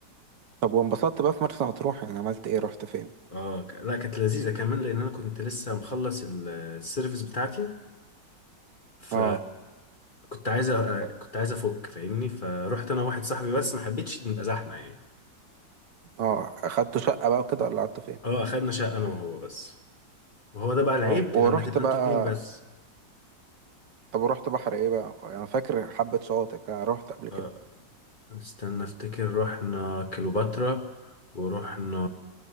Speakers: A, on the right; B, on the left.
A: طب وانبسطت بقى في مرسى مطروح يعني عملت ايه رحت فين
B: اه ك- لا كانت لذيذة كمان لأن أنا كنت لسه مخلص ال- السيرفيس بتاعتي ف
A: اه
B: كنت عايز أ- كنت عايز أفك فاهمني فروحت أنا وواحد صاحبي بس ما حبيتش نبقى زحمة يعني
A: اه اخدت شقه بقى وكده ولا قعدت فين
B: اه أخدنا شقة أنا وهو بس وهو ده بقى العيب
A: اه ورحت
B: لما تبقى
A: بقى
B: أنتوا اتنين بس
A: طب ورحت بحر ايه بقى انا فاكر حبه شواطئ كده رحت قبل كده
B: اه استنى أفتكر رحنا كليوباترا ورحنا